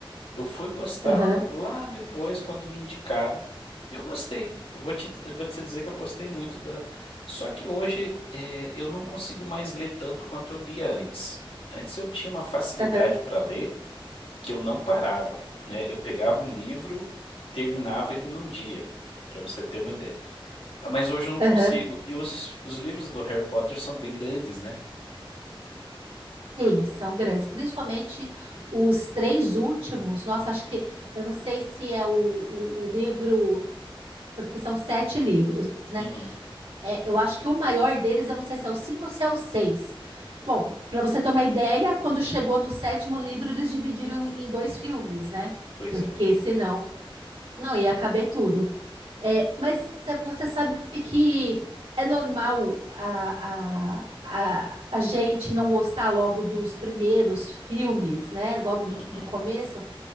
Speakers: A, on the left; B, on the right.
A: Eu fui gostar
B: aham,
A: lá depois, quando me indicaram. E eu gostei. Eu vou te, eu vou te dizer que eu gostei muito da. Só que hoje eh, eu não consigo mais ler tanto quanto eu lia antes. Antes eu tinha uma facilidade
B: aham,
A: para ler que eu não parava, né? Eu pegava um livro, terminava ele num dia, para você ter uma ideia. Ah, Mas hoje eu não
B: aham.
A: consigo. E os, os livros do Harry Potter são bem grandes, né?
B: Sim, são grandes, principalmente os três últimos. Nossa, acho que eu não sei se é o, o, o livro, porque são sete livros, né?
A: Uhum,
B: É, eu acho que o maior deles, eu não sei se é o cinco ou se é o seis. Bom, para você ter uma ideia, quando chegou no sétimo livro, eles dividiram em dois filmes, né?
A: pois
B: Porque
A: é.
B: senão não ia caber tudo. É, mas Sefa, você sabe que é normal a, a, a, a gente não gostar logo dos primeiros filmes, né? Logo do,
A: Uhum,
B: do começo,